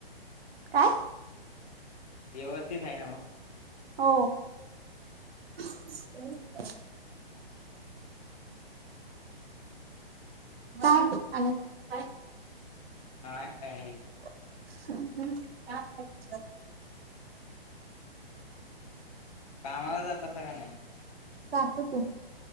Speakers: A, on the right; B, on the left.
A: काय.
B: व्यवस्थित आहे नव्ह.
A: हो. <inaudible> काय आणि काय.
B: नाही काय.
A: हम
B: कामाला जातास का नाही
A: जातो की